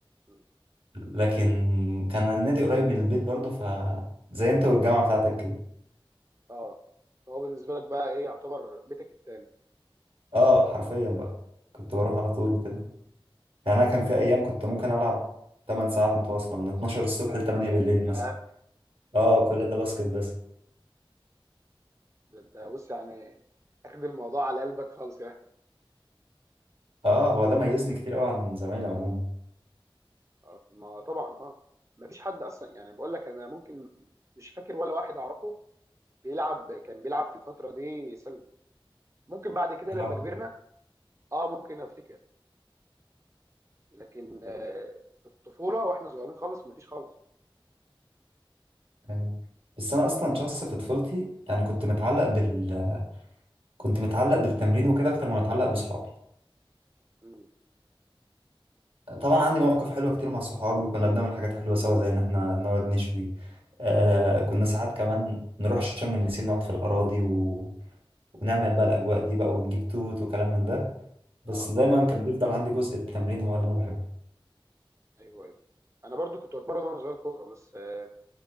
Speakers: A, on the right; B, on the right.
A: مم.
B: لكن كان النادي قريب من البيت برضه ف زي انت والجامعة بتاعتك كده
A: اه فهو بالنسبه لك بقى ايه يعتبر بيتك التاني
B: اه حرفيا بقى كنت بروح على طول
A: آه.
B: وكده يعني انا كان في ايام كنت ممكن العب 8 ساعات متواصله من 12 الصبح ل 8 بالليل
A: ياه
B: مثلا اه كل ده باسكت بس
A: ده انت بص يعني اخد الموضوع على قلبك خالص يعني
B: اه هو ده ميزني كتير قوي عن زمايلي عموما
A: آه. ما طبعا اه ما فيش حد اصلا يعني بقول لك انا ممكن مش فاكر ولا واحد اعرفه بيلعب كان بيلعب في الفتره دي سله ممكن بعد كده
B: اه
A: لما كبرنا اه ممكن افتكر لكن آه في الطفوله واحنا صغيرين خالص مفيش خالص
B: أيوة. بس انا اصلا شخص في طفولتي يعني كنت متعلق بال كنت متعلق بالتمرين وكده اكتر ما متعلق باصحابي
A: مم.
B: طبعا عندي مواقف حلوه كتير مع صحابي وكنا بنعمل حاجات حلوه سوا زي ان احنا نقعد نشوي آه كنا ساعات كمان نروح شم النسيم نقعد في الاراضي و... ونعمل بقى الاجواء دي بقى ونجيب توت وكلام من ده بس
A: اه
B: دايما كان بيفضل عندي جزء التمرين هو اللي انا بحبه
A: ايوه ايوه انا برضو كنت بتمرن وانا صغير كوره بس آه